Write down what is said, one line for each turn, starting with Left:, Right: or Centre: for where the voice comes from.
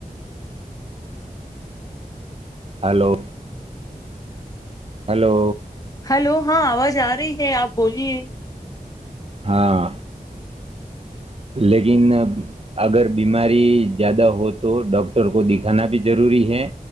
Right: ہلو ہلو
Left: ہلو ہاں آواز آ رہی ہے آپ بولیے
Right: ہاں لیکن اگر بیماری زیادہ ہو تو ڈاکٹر کو دکھانا بھی ضروری ہے